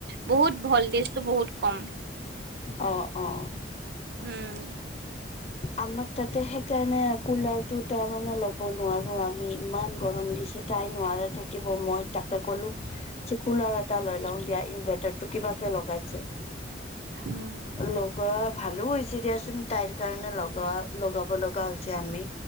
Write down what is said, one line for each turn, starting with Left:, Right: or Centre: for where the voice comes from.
Right: বহুত ভাল্টেজতো বহুত কম
Left: অঁ অঁ
Right: উম
Left: আমাৰ তাতে সেইকাৰণে কুলাৰ টো তাৰমানানে ল'ব নোৱাৰো আমি ইমান গৰম দিছো যে তাই নোৱাৰে থাকিব মই তাকে ক'লো যে কুলাৰ এটা লৈ লওঁ দিয়া ইনভাৰ্টাৰ টো কিবা কে লগাইছে
Right: উম
Left: লগোৱা ভালো হৈছে দিয়াচোন তাইৰ কাৰণে লগ লৱা লগাব লগা হৈছে আমি